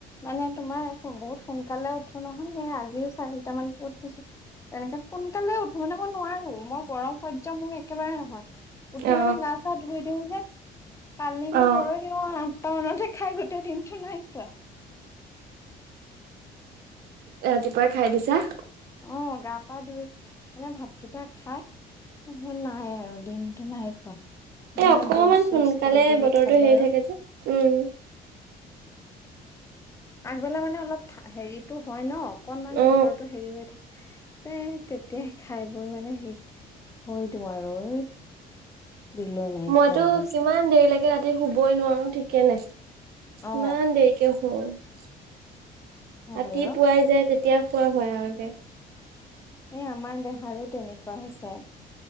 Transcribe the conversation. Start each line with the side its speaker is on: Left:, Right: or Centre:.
Left: মানে তোমাৰ বহুত সোনকালে উঠো নহয় সেইয়া আজিও চাৰে চাৰিটা মানতে উঠিছো। তেনেকে সোনকালে উঠো মানে মই নোৱাৰো মই গৰম সয্য মোৰ একেবাৰে নহয় উঠি
Right: অ
Left: মানে গা চা ধুই দিওঁ যে। কালি নে
Right: অ
Left: পৰহি মই আঠটা মানতে খাই গোটেই দিনটো নাই খোৱা।
Right: ৰাতিপুৱাই খাই দিছা!
Left: অ', গা পা ধুই মানে ভাত কেইটা খাই নাই আৰু দিনটো নাই খোৱা। দিনত
Right: এ অকমান
Left: জুচ চুচ
Right: সোনকালে
Left: কিবা কিবি
Right: বতৰটো
Left: খালো
Right: হেৰি
Left: আৰু।
Right: থাকে যে উম
Left: আগবেলা মানে অলপ হেৰিতটো হয় ন। অকনমান
Right: অ
Left: বতৰটো হেৰি হৈ থাকে যে তেতিয়ায়ে খাই বৈ মানে হেৰি হয় দিওঁ আৰু এই বিলৈ নাইকিয়া
Right: মইতো
Left: অৱস্থা
Right: কিমান দেৰি লৈকে ৰাতি গোটেই শুবই নোৱাৰো ঠিকে নাই
Left: অ
Right: ইমান দেৰিকে শু। ৰাতি
Left: হয় অ
Right: পুৱাই যায় তেতিয়া শুৱা হয় আৰু একে।
Left: এ আমাৰ দেহাৰো তেনেকুৱা হৈছে।